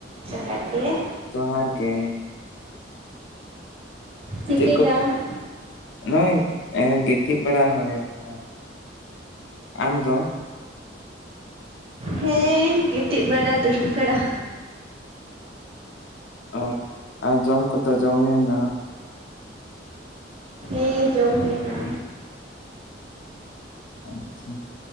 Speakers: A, on the right; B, on the left.
A: <unintelligible> ᱡᱚᱦᱟᱨ ᱜᱮ
B: ᱡᱚᱦᱟᱨ ᱜᱮ
A: ᱪᱤᱠᱟᱹᱭ
B: ᱪᱮᱫ ᱠᱚ
A: ᱫᱟᱢ?
B: ᱱᱚᱜᱚᱭ ᱜᱤᱛᱤᱡ ᱵᱟᱲᱟ ᱦᱩᱭ ᱟᱠᱟᱱᱟ᱾ ᱟᱢ ᱫᱚ?
A: ᱦᱮᱸ ᱜᱤᱛᱤ ᱵᱲᱟ ᱫᱩᱲ ᱵᱟᱲᱟ᱾
B: ᱚ ᱟᱨ ᱡᱚᱢ ᱠᱚᱛ ᱡᱚᱢ ᱦᱩᱭᱱᱟ?
A: ᱦᱮᱸ ᱡᱚᱢ ᱦᱩᱭᱱᱟ᱾
B: ᱟᱪᱪᱷᱟ